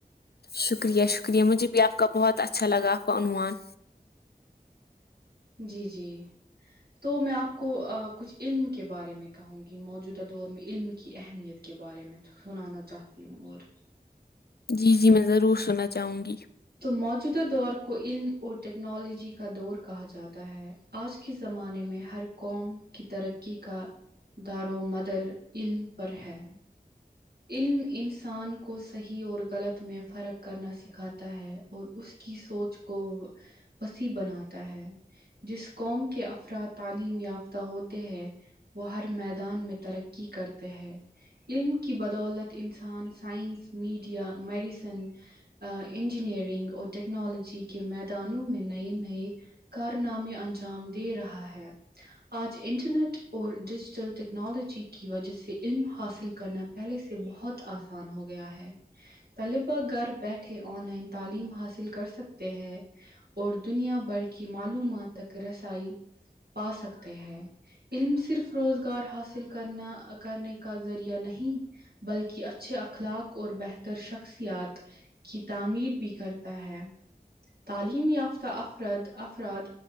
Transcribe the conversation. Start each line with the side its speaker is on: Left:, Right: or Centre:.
Left: شکریہ شکریہ مجھے بھی آپ کا بہت اچھا لگا آپ کا عنوان
Right: جی جی تو میں آپ کو کچھ علم کے بارے میں کہو گی موجودہ دور میں علم کی اہمیت کے بارے میں سنانا چاہتی ہوں اور
Left: جی جی میں ضرور سننا چاہوں گی
Right: تو موجودہ دور کو علم اور ٹیکنالوجی کا دور کہا جاتا ہے آج کے زمانے میں ہر قوم کی ترقی کا دارو مدر علم پر ہے علم انسان کو صحیح اور غلط میں فرق کرنا سکھا تا ہے اور اس کی سوچ کو وسیع بناتا ہے جس قوم کے افراد تعلیم یافتہ ہوتے ہیں وہ ہر میدان میں ترقی کرتے ہیں علم کی بدولت انسان سائنس میڈیا میڈیسن انجینئرنگ اور ٹیکنالوجی کے میدانوں میں نئے نئے کارنامے انجام دے رہا ہے آج انٹرنیٹ اور ڈیجیٹل ٹیکنالوجی کی وجہ سے علم حاصل کرنا پہلے سے بہت آسان ہو گیا ہے طلباء گھر بیٹھے آن لائن تعلیم حاصل کر سکتے ہیں اور دنیا بھر کی معلومات تک رسائی پا سکتے ہیں علم صرف روزگار حاصل کرنا کرنے کا ذریعہ نہیں بلکہ اچھے اخلاق اور بہتر شخصیات کی تعمیر بھی کرتا ہے تعلیم یافتہ افراد افرآد